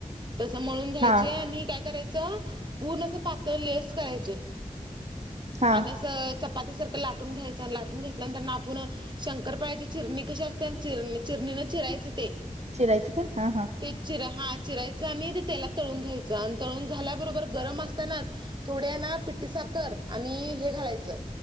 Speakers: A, on the right; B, on the right.
A: तसं मळून घ्यायचे
B: हा
A: आणि काय करायचं पूर्ण असं पातळ लेस करायचे.
B: हा
A: आणि चपाती सारखं लाटून घ्यायचं आणि लाटून घेतल्यानंतर आपण. शंकरपायाची चिरणी कशीा असतेना चिर चिरणी चिरायचं ते.
B: चचीरायत का हा हा.
A: चि हा चिरायच आणि ते तेलात तळून घ्यायचं आणि तळून झाल्याबरोबर गरम असताना. थोड्याना पिट्टी साखर आणि हे घालायचं.